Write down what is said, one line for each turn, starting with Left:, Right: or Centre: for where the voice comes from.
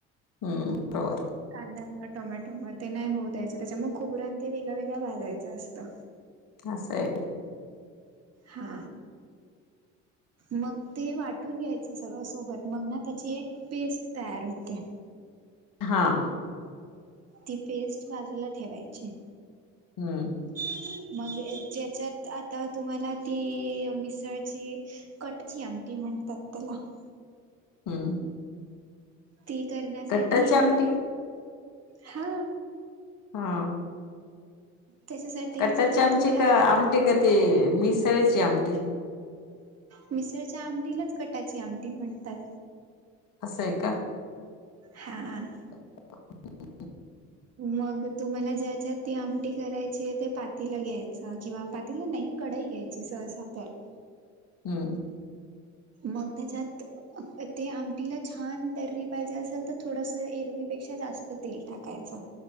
Left: हम् बरोबर.
Right: कांद्या ना टोमॅटो ना ते नाही होऊ द्यायचं त्याच्यामुळे खुबरण ते वेगळं वेगळं भाजायचं असतं.
Left: असंय
Right: हा मग ते वाटून घ्यायचं सगळं सोबत मग ना त्याची एक पेस्ट तयार होते.
Left: हां हा
Right: ती पेस्ट बाजूला ठेवायची.
Left: हम्म
Right: ह <inaudible> मग ज्याच्यात आता तुम्हाला ती मिसळची कटची आमटी म्हण ततला <inaudible>
Left: हम्म
Right: ती करण्यासाठी
Left: कट्टाची
Right: एक
Left: आमटी
Right: मो हा
Left: हा
Right: त्याच्यासाठी
Left: कट्टाची
Right: ज्याच्यात
Left: आमची
Right: तुम्हाला
Left: का आमटी का ते मिसळच आमटी.
Right: मिसळच्या आमटीलाच कटाची आमटी म्हणतात.
Left: असं आहे का
Right: हां
Left: <inaudible>
Right: मग तुम्हाला ज्यांच्यात ती आमटी करायची आहे ते पातीला घ्यायचं किंवा पातीला नाही कढई घ्यायची. जी सण जातय <inaudible>
Left: हम्म
Right: मग त्यांच्यात. ते आमटीला छान तर्री पाहिजे असेल तर थोडंसं एरवीपेक्षा जास्त तेल टाकायचं.